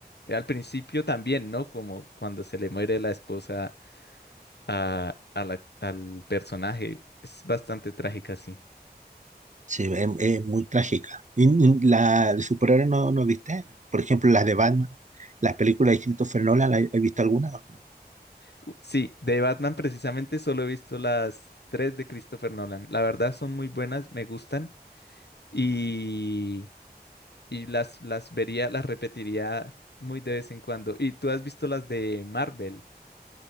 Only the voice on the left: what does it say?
Eh, Al principio también, ¿no? Como cuando se le muere la esposa a, a la- al personaje. Es bastante trágica, sí.
U- Sí, de Batman precisamente solo he visto las tres de Christopher Nolan. La verdad son muy buenas, me gustan y, y las, las vería, las repetiría muy de vez en cuando. ¿Y tú has visto las de Marvel?